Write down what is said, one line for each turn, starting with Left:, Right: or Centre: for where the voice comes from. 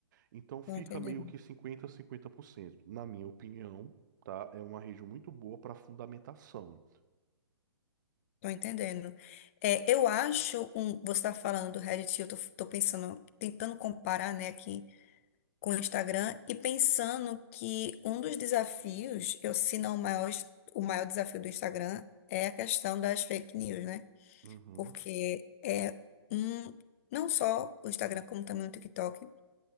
Right: Então fica
Left: Tô entendendo.
Right: meio que 50 a 50%, Na minha opinião, tá? É uma rede muito boa para fundamentação.
Left: Tô entendendo. É, eu acho, um, você está falando do Reddit, eu tô, tô pensando, tentando comparar, né, aqui com o Instagram e pensando que um dos desafios, eu, se não o maior, o maior desafio do Instagram é a questão das fake news, né?
Right: Uhum,
Left: Porque é um, não só o Instagram, como também o TikTok